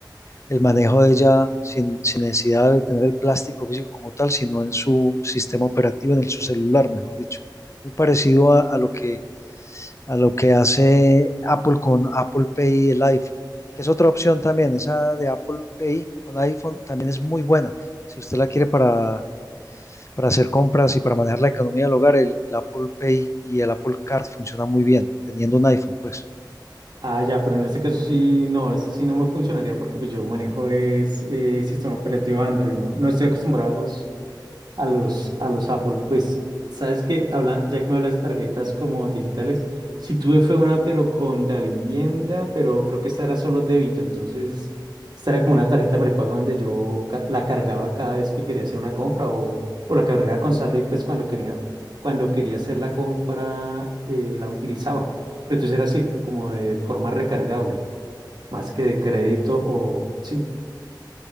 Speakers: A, on the left; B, on the right.
A: el manejo de ella sin, sin necesidad de tener el plástico físico como tal, sino en su sistema operativo, en el, su celular, mejor dicho. Muy parecido a, a lo que, a lo que hace Apple con Apple Pay y el iPhone, que es otra opción también, esa de Apple Pay con iPhone también es muy buena. Si usted la quiere para para hacer compras y para manejar la economía del hogar, el, el Apple Pay y el Apple Card funcionan muy bien, teniendo un iPhone, pues.
B: Ah, ya, pero en este caso sí, no, eso sí no me funcionaría porque pues yo manejo es eh, sistema operativo Android, ¿no? No estoy acostumbrado a los, a los, a los Apple. Pues, sabes que, habla, ya que me hablas de tarjetas como digitales, sí tuve fue una, pero con la vivienda, pero creo que esta era solo débito, entonces esta era como una tarjeta prepago donde yo ca- la cargaba cada vez que quería hacer una compra o, o la cargaba con saldo y pues cuando quería, cuando quería hacer la compra eh, la utilizaba. Pero entonces era así, como de forma recargable, más que de crédito o sí.